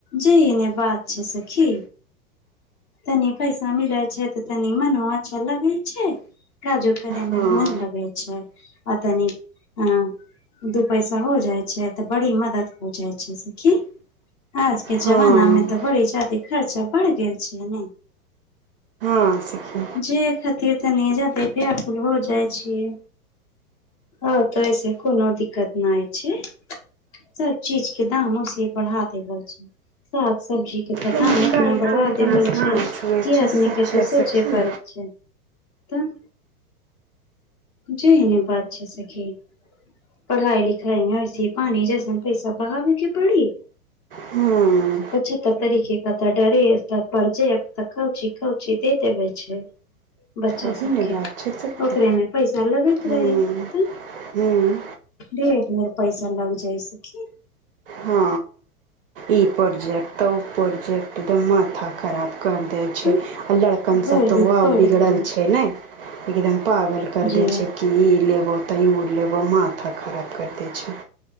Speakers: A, on the left; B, on the right.
A: जैय नऽ बात छै सखी तनी पैसा मिले छै तऽ तनी मनो अच्छा लागै छै काजो करैमे
B: हँ
A: मन लगे छै आ तनिक हँ दू पैसा हो जाइ छै तऽ बड़ी मदद हो जाइ छै सखी आज के
B: हँ
A: जमाना मे तऽ बड़ी जादे खर्चा बढ़ गेल घियै नै
B: हँ सखी
A: जे खातिर तनी जादे ब्याकुल हो जाय छियै हँ तैसे कोनो दिक्कत नहि छी सब चीज के दाम ओसिये बढ़ा देबै छै साग सब्जी के तऽ
B: महँगाइ
A: दाम
B: महँगाई
A: एतना बढ़ा
B: तो एकदम
A: देवै
B: आसमान
A: छियै
B: छुए
A: की
B: छै
A: आदमी
B: से
A: केतो
B: छै
A: सोचे
B: सखी
A: पड़त के तऽ जेहने बात छै सेखी पढ़ाई लिखाई मे ओसिमे पानी जैसन पैसा बहाबे के पड़ी
B: हँ
A: कुछो तऽ करे केऽ एय कता डरे यऽ तऽ परजे तऽ कौन ची कौन ची दे देबे छै बच्चा
B: ओही
A: सबके
B: ने बात छै सखी
A: ओकरेमे पैसा लगैत
B: हँ
A: रहीत
B: हँ
A: ढेर ढेर पैसा लग जाइ सखी
B: हँ इ प्रोजेक्ट त उ प्रोजेक्ट द माथा खराब कर देत छै
A: तऽ
B: आ लड़कन
A: भर
B: सब तो
A: दिन
B: आओर
A: पढ़
B: बिगड़ल
A: दिन
B: छै नहि एकदम पागल कर
A: जे
B: दै छै की ई लेबो तऽ उऽ लेबौ माथा खराब कर दै छै